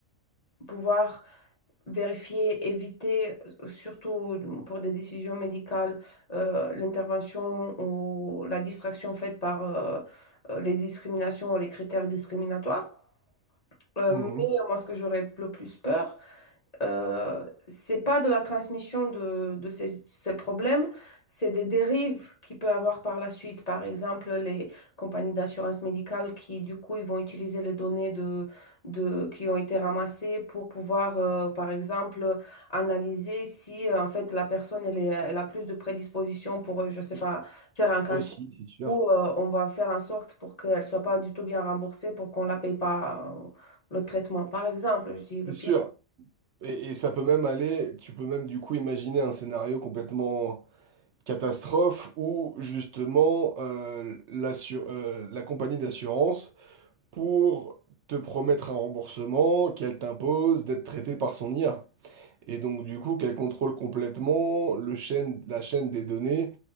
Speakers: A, on the left; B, on the right.
A: pouvoir vérifier, éviter, euh, surtout pour des décisions médicales, euh, l'intervention ou la distraction faite par euh, euh, les discriminations ou les critères discriminatoires. Euh,
B: Mhm.
A: mais moi, ce que j'aurais le plus peur, Euh, c'est pas de la transmission de, de ces, ces problèmes, c'est des dérives qu'il peut avoir par la suite. Par exemple, les compagnies d'assurance médicale qui, du coup, ils vont utiliser les données de, de, qui ont été ramassées pour pouvoir, euh, par exemple, analyser si, euh, en fait, la personne, elle, est- elle a plus de prédisposition pour, euh, je sais pas, faire un cancer.
B: Aussi, c'est sûr.
A: Ou euh, on va faire en sorte pour qu'elle soit pas du tout bien remboursée pour qu'on la paye pas euh, le traitement, par exemple. Je dis le
B: C'est
A: pire.
B: sûr. Et, et ça peut même aller, tu peux même du coup imaginer un scénario complètement catastrophe ou justement euh, l'assur- euh, la compagnie d'assurance pour te promettre un remboursement qu'elle t'impose d'être traité par son IA. Et donc du coup qu'elle contrôle complètement le chaîne, la chaîne des données